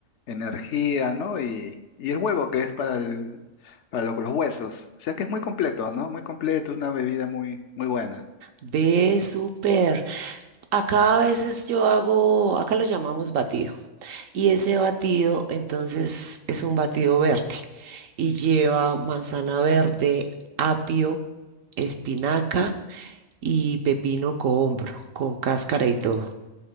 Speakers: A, on the left; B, on the right.
A: energía, ¿no? Y, y el huevo que es para el, para lo- los huesos. O sea que es muy completo, ¿no? Muy completo, es una bebida muy, muy buena.
B: Ve súper. Acá a veces yo hago, acá lo llamamos batido. Y ese batido, entonces, es un batido verde y lleva manzana verde, apio, espinaca y pepino cohombro con cáscara y todo.